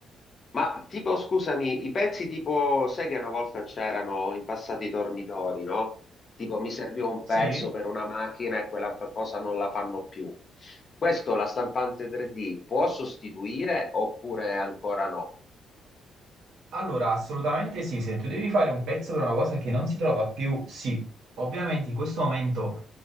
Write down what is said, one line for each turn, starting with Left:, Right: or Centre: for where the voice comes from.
Left: Ma tipo, scusami, i pezzi tipo, sai che una volta c'erano in passato i tornitori, no? Tipo, mi serviva un
Right: Sì?
Left: pezzo per una macchina e quella fa- cosa non la fanno più. Questo la stampante 3D può sostituire oppure ancora no?
Right: Allora, assolutamente sì, se tu devi fare un pezzo per una cosa che non si trova più, sì, ovviamente in questo momento